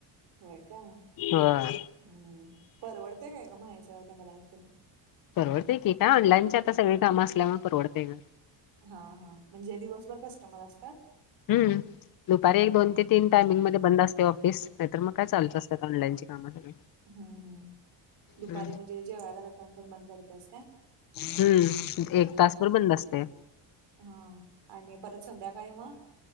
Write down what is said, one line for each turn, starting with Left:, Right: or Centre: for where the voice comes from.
Right: होय काय?
Left: होय
Right: हम्, परवडते काय गं महा इ सेवा केंद्राचं तुला?
Left: परडतंय की. काय ऑनलाईनचे सगळी कामं, असल्यामुळे परवडतंय गं.
Right: हा हा, म्हणजे दिवसभर कस्टमर असतात?
Left: हम्, दुपारी एक दोन ते तीन टायमिंग मध्ये, बंद असतय ऑफिस. नाही तर मग काय चालूच असतात, ऑनलाईनची कामं सगळी.
Right: हम् हम, दुपारी
Left: हम्म
Right: म्हणजे जेवायला जाताना तेन बंद करत्यास का?
Left: हम्म. एक तासभर बंद असतय.
Right: हा आणि परत संध्याकाळी मग